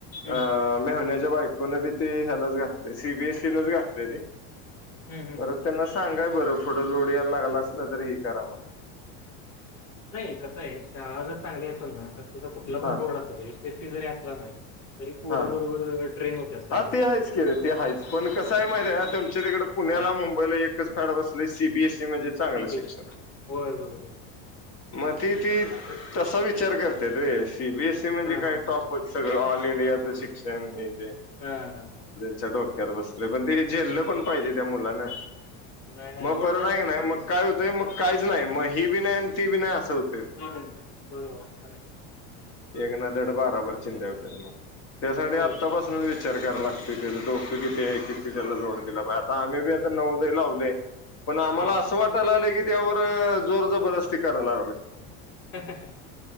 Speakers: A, on the left; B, on the left.
A: हं,
B: अ
A: हं.
B: मेव्हन्याच्या बाय पुन्हा भी ती ह्यालाच घातलय, सी. बी. एस. सी. लाच घातलयं ती,
A: हं, हं,
B: परत
A: हं.
B: त्यांना सांगा बरं पुढं लोढ यायला लागला असल तर ही करा मग
A: नाही कसं आहे शाळा जर चांगली असेल ना तर तुला कुठला पणं
B: हा
A: बोर्ड असुदे एस. एस. सी. जरी अस ली तरी पोरं
B: हा
A: बरोबर ट्रेन होत्यात चांगली.
B: हा ते हायचं की र ते हायचं पण कसं हाय माहिती
A: हां,
B: हाय का, तुमच्या तिकडं पुण्याला,
A: हां.
B: मुंबईला एक कच फॅड बसलंय सी. बी. एस. ई. म्हणजे चांगलं
A: ते बेस्ट
B: शिक्षण.
A: होय, होय, होय.
B: मग ती ती
A: असं
B: तसा विचार करत्यात रे. सी. बी. एस. सी. म्हणजे
A: हां, हां,
B: काय टॉपच,
A: हां.
B: सगळं ऑल इंडियाचं शिक्षण हे ते
A: हं हं
B: च्या डोक्यात बसलयं, पण ते झेललं पण पाहिजे त्या मुलांना.
A: नाही, नाही
B: मग
A: लोड
B: परत
A: जास्त
B: हाय
A: आहे
B: क नाही
A: सी-बी-एस-सीला.
B: मग काय होतंय, मग काहीच नाही, मग ही बी नाही आणि ती बी नाय असं हुतं
A: होय, बरोबर हाय.
B: एक ना धड भाराभर चिंध्या हुत्यात मग, त्यासाठी
A: होय,
B: आत्तापासून
A: होय.
B: विचार कराय लागतुयं, त्याच डोकं किती हाय? किती त्याला लोड दिला पाहिजे, आता आम्ही बी आता नवोदय लावलंय पण आम्हाला
A: हां,
B: असं
A: हां.
B: वाटायला लागलं की त्यावर जोर जबरदस्ती करायला लागलोय.
A: <unintelligible>